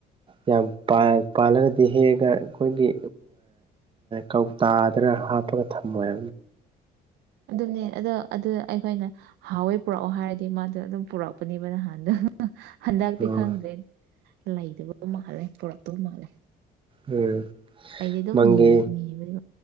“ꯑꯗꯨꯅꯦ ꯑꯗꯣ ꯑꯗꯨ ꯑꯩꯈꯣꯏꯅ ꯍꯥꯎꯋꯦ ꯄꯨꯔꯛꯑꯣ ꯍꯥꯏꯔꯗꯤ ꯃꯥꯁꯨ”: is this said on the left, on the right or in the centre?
Right